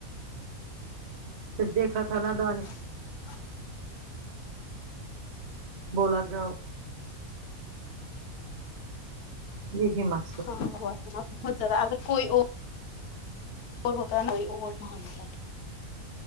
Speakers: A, on the right; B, on the left.
A: پھر دیکھا تھا نا دانش
B: <inaudible>
A: بولا جاو دیکھی میں
B: ہاں ہوا تھا نہ بہت زیادہ اگر کوئی اور اور ہوتا ہے نہ